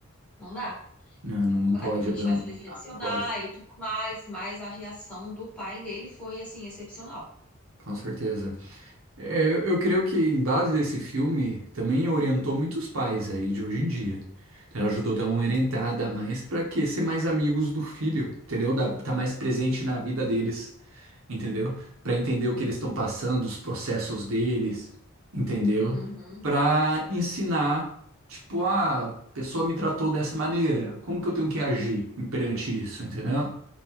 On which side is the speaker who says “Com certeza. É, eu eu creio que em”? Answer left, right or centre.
Right